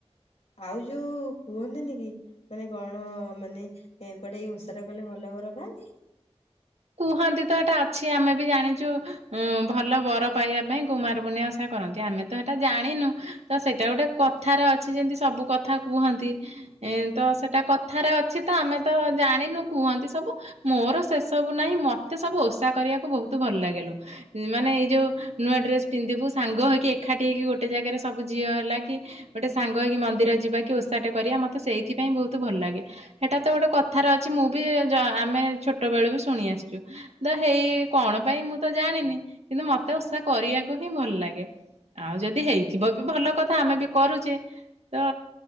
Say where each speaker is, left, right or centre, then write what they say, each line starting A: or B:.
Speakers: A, on the left (about 80°); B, on the right (about 75°).
A: ଆଉ ଯୋଉ କୁହନ୍ତିନି କି ମାନେ କଣ ମାନେ କୁଆଡେ ଏ ଓଷା ଟା କଲେ ଭଲ ବର ପାଆନ୍ତି?
B: କୁହନ୍ତି ତ ଏଟା ଅଛି ଆମେ ବି ଜାଣିଛୁ ଉଁ ଭଲ ବର ପାଇବା ପାଇଁ କୁମାର ପୁର୍ଣିମା ଓସା କରନ୍ତି ଆମେ ତ ସେଟା ଜାଣିନୁ ତ ସେଇଟା ଗୋଟେ କଥାରେ ଅଛି ଯେମିତି ସବୁ କଥା କୁହନ୍ତି। ଏ ତ ସେଟା କଥାରେ ଅଛି ତ ଆମେ ତ ଜାଣିନୁ କୁହନ୍ତି ସବୁ ମୋର ଶେଷ ସବୁ ନାହିଁ ମତେ ସବୁ ଓଷା କରିବାକୁ ବହୁତ ଭଲ ଲାଗେଲୋ ମାନେ ଏଇ ଯୋଉ ନୂଆ ଡ୍ରେସ ପିନ୍ଧିବୁ ସାଙ୍ଗ ହେଇକି ଏକାଠି ହେଇକି ଗୋଟେ ଜାଗାରେ ସବୁ ଝିଅ ହେଲା କି ଗୋଟେ ସାଙ୍ଗ ହେଇକି ମନ୍ଦିର ଯିବା କି ଓଷାଟେ କରିବା ମତେ ସେଇଥିପାଇଁ ବହୁତ ଭଲ ଲାଗେ। ହେଟା ତ ଗୋଟେ କଥାର ଅଛି ମୁଁ ବି ଯା ଆ ଆମେ ଛୋଟବେଳୁ ବି ଶୁଣି ଆସିଛୁ। ଦ ହେଇ କଣ ପାଇଁ ମୁଁ ତ ଜାଣିନି କିନ୍ତୁ ମତେ ଓଷା କରିବାକୁ ହିଁ ଭଲ ଲାଗେ। ଆଉ ଯଦି ହେଇଥିବ ବି ଭଲ କଥା ଆମେ ବି କରୁଛେ ତ